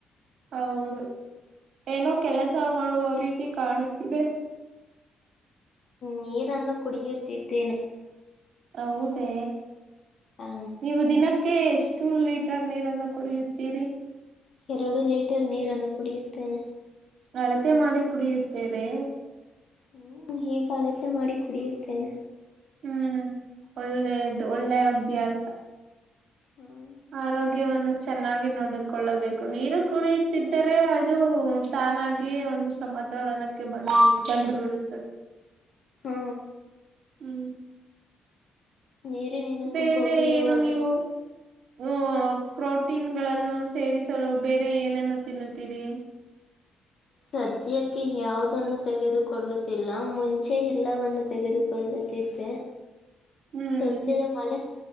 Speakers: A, on the right; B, on the left.
A: ಹೌದು ಏನೋ ಕೆಲಸ ಮಾಡುವ ರೀತಿ ಕಾಣುತ್ತಿದೆ
B: ನೀರನ್ನು ಕುಡಗಿಯುತ್ತಿದ್ದೇನೆ
A: ಹೌದೇ
B: ಆ
A: ನೀವು ದಿನಕ್ಕೆ ಎಷ್ಟ ಟು ಲೀಟರ್ ನೀರನ್ನು ಕುಡಿಯುತ್ತೀರಿ
B: ಎರಡು ಲೀಟರ್ ನೀರನ್ನು ಕುಡಿಯುತ್ತೇನೆ
A: ಅಳತೆ ಮಾಡಿ ಕುಡಿಯುತ್ತೇರೆ
B: ಹ್ಮ್ ಹೀಗ ಅಳತೆ ಮಾಡಿ ಕುಡಿಯುತ್ತೇನೆ
A: ಹ್ಮ್ ಒಳ್ಳೆದು ಒಳ್ಳೆ ಅಭ್ಯಾಸ
B: ಹಾ
A: ಆರ ಚೆನ್ನಾಗಿ ನೋಡಿಕೊಳ್ಳಬೇಕು ನೀರು ಕುಡಿಯುತ್ತಿದ್ದರೆ ಅದು ತಾನಾಗಿ ಒಂದು ಸಮತೋಲನಕ್ಕೆ ಬಂದು ಬಂದು ಬಿಡತದೆ
B: ಹ್ಮ
A: ಹ
B: ನೀರಿನಿಂದ
A: ಬೇರೆ
B: ತುಂಬಾ ಉಪಯೋಗವಾಗುತ್ತೆ
A: ಏನು ನೀವು ಹ ಪ್ರೋಟೀನ್ ಗಳನ್ನು ಸೇವಿಸಲು ಬೇರೆ ಏನನ್ನು ತಿನ್ನುತ್ತೀರಿ <inaudible>
B: ಸದ್ಯಕ್ಕೆ ಯವುದು ನ್ನು ತೆಗೆದುಕೊಳ್ಳುತ್ತಿಲ್ಲ ಮುಂಚೆ ಎಲ್ಲವನ್ನು ತೆಗೆದುಕೊಳ್ಳುತ್ತಿದ್ದೆ
A: ಹ್ಮ್
B: ಸದ್ಯದ ಮನಸ್